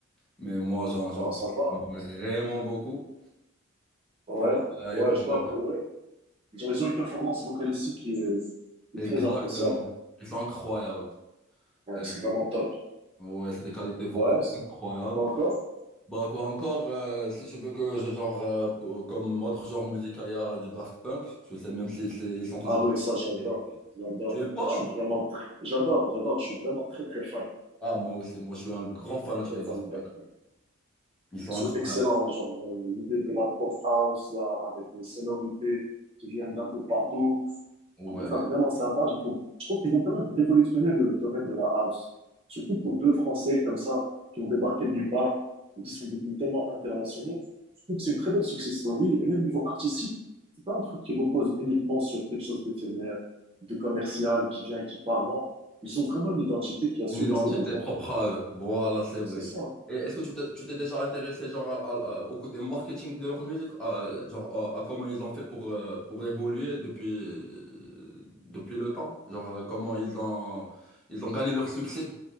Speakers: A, in the centre; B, on the right.
A: mais moi j'en, j'en
B: Bah,
A: consomme
B: ça va. hein.
A: vraiment beaucoup.
B: Ouais,
A: Euh, Il
B: ouais,
A: y a quoi
B: je sais
A: d'autre?
B: pas, après, ouais. Ils ont ils ont une performance vocalistique qui est, qui
A: Exactement.
B: est très appréciable.
A: C'est incroyable.
B: Ouais,
A: Euh,
B: c'est vraiment top.
A: ouais, c'est des qualités vocaux
B: Ouais, c'est-
A: incroyables.
B: quoi encore?
A: Bah quoi encore, euh, si tu veux que je genre, euh, pour- comme autre genre musical, il y a du Daft Punk, je sais même si c'est- ils sont toujours
B: Ah oui,
A: d'actualité.
B: ça, j'adore. J'adore.
A: Tu es pas?
B: Je suis vraiment très, j'adore, j'adore. Je suis vraiment très, très fan.
A: Ah moi aussi, moi je suis un grand fanatique
B: Je suis Très
A: de Daft
B: fan de Daft
A: Punk.
B: Punk.
A: Ils sont
B: C'est
A: incroyables.
B: excellent. Genre, euh, l'idée de la pop house, là, avec les sonorités qui viennent d'un peu partout. Je
A: Ouais.
B: trouve ça vraiment sympa. Je trouve, je trouve qu'ils ont quand même révolutionné le domaine de la house. Surtout pour deux Français comme ça, qui ont débarqué de nulle part et qui sont devenus tellement internationaux. Je trouve que c'est une très belle success story. Et même niveau artistique, c'est pas un truc qui repose uniquement sur quelque chose d'éphémère, de commercial, qui vient et qui part. Non. Ils ont vraiment une identité qui a su
A: Une identité
B: rester dans le temps.
A: propre à eux. Voilà, c'est vrai.
B: C'est ça.
A: Et est-ce que tu t'es tu t'es déjà intéressé genre à- à- à- au côté marketing de leur musique, à- genre à, à comment ils ont fait pour, euh, pour évoluer depuis, euh, depuis le temps? Genre euh, comment ils ont, ils ont gagné leur succès?